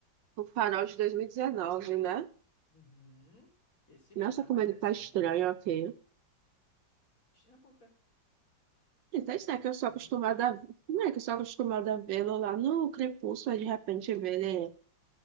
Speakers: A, on the right; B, on the left.
A: O Farol de 2019, né?
B: Uhum. Esse
A: Nossa,
B: mesmo, é
A: como
B: mais
A: ele
B: recente.
A: tá estranho aqui.
B: Estranho por quê?
A: Então, isso é que
B: Ma-
A: eu sou
B: Muito
A: acostumada
B: magro?
A: a... Não é que eu sou acostumada a vê-lo lá no Crepúsculo, aí de repente vê ele